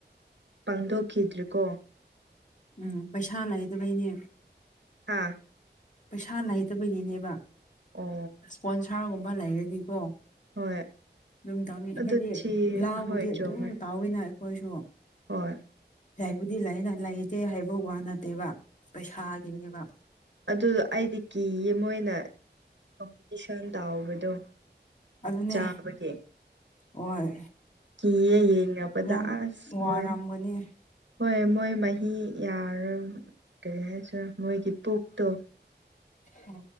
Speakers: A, on the right (about 80°); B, on the left (about 40°).
A: ꯄꯥꯡꯗꯣꯛꯈꯤꯗ꯭ꯔꯤꯀꯣ
B: ꯎꯝ ꯄꯩꯁꯥ ꯂꯩꯇꯥꯕꯩꯅꯦ
A: ꯍꯥꯥ
B: ꯄꯩꯁꯥ ꯂꯩꯇꯕꯒꯤꯅꯦꯕ
A: ꯑꯣ
B: ꯏꯁꯄꯣꯟꯁꯥꯔꯒꯨꯝꯕ ꯂꯩꯔꯗꯤꯀꯣ
A: ꯍꯣꯏ
B: ꯑꯗꯨꯝ ꯇꯧꯅꯤ
A: ꯑꯗꯨ
B: ꯍꯥꯏꯗꯤ
A: ꯊꯤ
B: ꯂꯥꯎꯕꯨꯗꯤ
A: ꯍꯣꯏ
B: ꯑꯗꯨꯝ
A: ꯆꯨꯝꯃꯦ
B: ꯇꯥꯎꯋꯤꯅ ꯑꯈꯣꯏꯁꯨ
A: ꯍꯣꯏ
B: ꯂꯥꯏꯕꯨꯗꯤ ꯂꯩꯅ ꯂꯩꯇꯦ ꯍꯥꯏꯕ ꯋꯥ ꯅꯠꯇꯦꯕ ꯄꯩꯁꯥꯒꯤꯅꯦꯕ
A: ꯑꯗꯨꯗ ꯑꯩꯗꯤ ꯀꯤꯌꯦ ꯃꯣꯏꯅ ꯀꯝꯄꯤꯇꯤꯁꯟ ꯇꯥꯎꯕꯗꯣ
B: ꯑꯗꯨꯅꯦ
A: ꯆꯥꯕꯒꯤ
B: ꯍꯣꯏ
A: ꯀꯤꯌꯦ ꯌꯦꯉꯕꯗ
B: ꯌꯥꯝ
A: ꯑꯁ
B: ꯋꯥꯔꯝꯒꯅꯤ
A: ꯃꯣꯏ ꯍꯣꯏ ꯃꯣꯏ ꯃꯍꯤ ꯌꯥꯔꯣꯏ ꯀꯔꯤ ꯍꯥꯏꯁꯤꯔ ꯃꯣꯏꯒꯤ ꯄꯨꯛꯇꯣ
B: ꯍꯣ